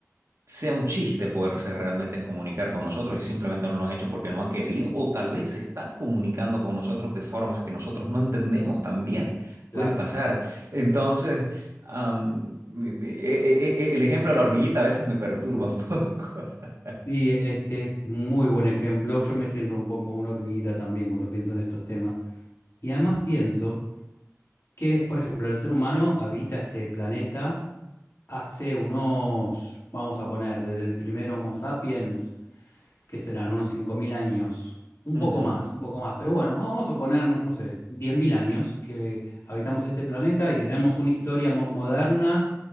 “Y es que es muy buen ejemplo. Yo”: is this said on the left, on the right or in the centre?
Left